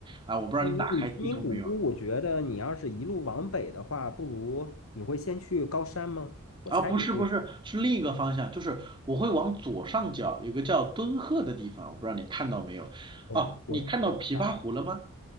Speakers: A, on the right (about 20°); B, on the left (about 70°).
A: 啊，我不知道你打开地图没有。
B: 那你你贫民古屋，我觉得你要是一路往北的话，不如你会先去高山吗？我猜你会。
A: 啊，不是不是，是另一个方向，就是我会往左上角有个叫敦贺的地方，我不知道你看到没有？
B: 哦，
A: 哦，你看到琵琶湖了吗？
B: 我知道，